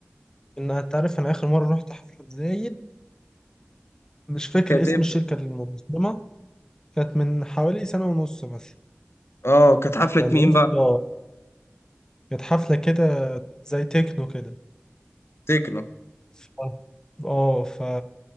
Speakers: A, on the left; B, on the left.
A: ان انت عارف انا اخر مره رحت حفله في زايد مش فاكر
B: كانت
A: اسم
B: إمتى؟
A: الشركه المنظمه كانت من حوالي سنه ونص مثلا
B: أه كانت حفلة
A: كان
B: مين
A: يا اسطى
B: بقى؟
A: كانت حفله كده زي تكنو كده
B: تكنو
A: ف- اه ف